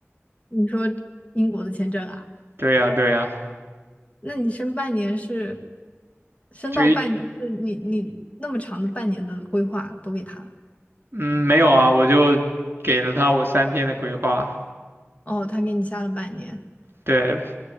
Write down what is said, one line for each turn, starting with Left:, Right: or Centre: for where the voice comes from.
Left: 你说英国的签证啊，
Right: 对呀，对呀，
Left: 那你申半年是申到半年，
Right: 就一
Left: 是你你那么长的半年的规划都给他。
Right: 嗯没有啊，我就给了他我三天的规划。
Left: 哦，他给你下了半年。
Right: 对，